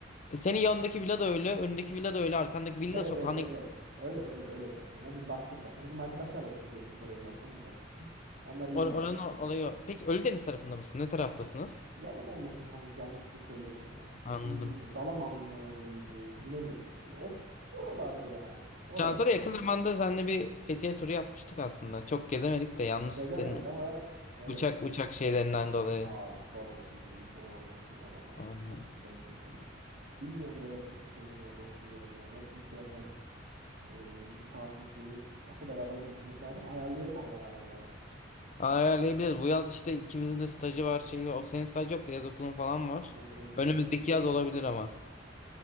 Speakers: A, on the left (about 40°); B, on the right (about 60°).
A: E, Senin yanındaki villa da öyle, önündeki villa da öyle, arkandaki villa
B: Evet
A: sokağına
B: evet öyle. Öyle öyle öyle zaten. Ya biz baktık zaten. Bizim arkadaşlar da çok gezmiş orayı zaten birkaç kişi. Onlar iyi
A: Or
B: biliyor.
A: oranın olayı o. Peki Ölüdeniz tarafında mısın? Ne taraftasınız?
B: Yalan olmasın kanka yanlış bir şey söylemeyeyim ya. İşte
A: Anladım.
B: tam bilmiyorum. Dalaman mıydı? Bilemedim şimdi. Ot oralarda yani. Oralar.
A: Şansa da yakın zamanda seninle bir Fethiye turu yapmıştık aslında. Çok gezemedik de yanlış
B: Gezemedik
A: senin
B: ama evet.
A: uçak uçak şeylerinden dolayı.
B: Abi sorma şimdi. Hiç onu anlattırma bana ya.
A: Anladım.
B: Gerçekten kötüydü. Bilmiyorum Berat şeyim ya dostum benim ya. Nasıl bir şey yaparız? Ee, bir tatil şeyi. Aslında beraber de gitmek lazım. Ayarlayalım ama beraber bir ara.
A: Ayarlayabiliriz. Bu yaz işte ikimizin de stajı var şeyi. O senin staj yok da yaz okulun falan var.
B: Bakalım var.
A: Önümüzdeki yaz olabilir ama.